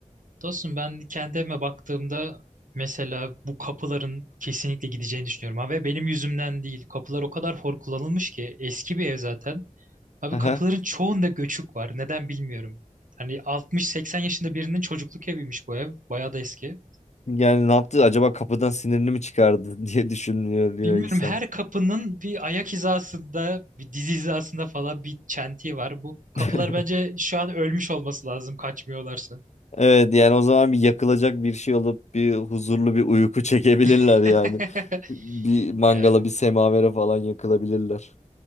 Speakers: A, on the right; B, on the left.
A: Dostum ben kendi evime baktığımda mesela bu kapıların kesinlikle gideceğini düşünüyorum. Ha, ve benim yüzümden değil. Kapılar o kadar hor kullanılmış ki eski bir ev zaten. Abi
B: Aha.
A: kapıların çoğunda göçük var. Neden bilmiyorum. Hani 60-80 yaşında birinin çocukluk eviymiş bu ev. Bayağı da eski.
B: Yani ne yaptı acaba kapıdan sinirini mi çıkardı <laughs> diye düşünüyor diyor
A: Bilmiyorum
B: insan.
A: her kapının bir ayak hizasında, bir diz hizasında falan bir çentiği var. Bu kapılar
B: <laughs>
A: bence şu an ölmüş olması lazım kaçmıyorlarsa.
B: Evet yani o zaman bir yakılacak bir şey olup bir huzurlu bir uyku <laughs> çekebilirler
A: <laughs>
B: yani. Bir mangala
A: Yani.
B: bir semavere falan yakılabilirler.